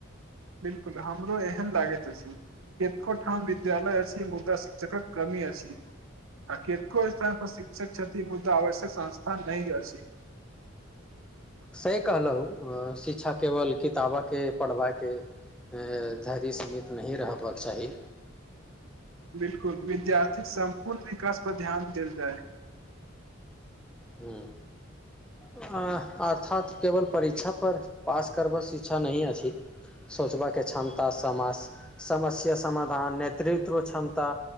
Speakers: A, on the right (about 85°); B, in the centre.
A: बिलकुल हमरो एहन लागैत अछि एकोठाम विद्यालय अछि मुदा शिक्षकक कमी अछि आ के कई तरह का शिक्षक छ ती मुद्दा आवश्यक संस्था नै अछि।
B: सही कहलौ अ शिक्षा केवल किताबा के पढ़बाके ए धैरि सीमित नहि रहबाक चाही।
A: बिलकुल विद्यार्थीक सम्पूर्ण विकास पर ध्यान देल जाय।
B: हूँ अं अर्थात केवल परीक्षा पर पास करब शिक्षा नहि अछि सोचबाके क्षमता समाज समस्या समाधान नेतृत्व क्षमता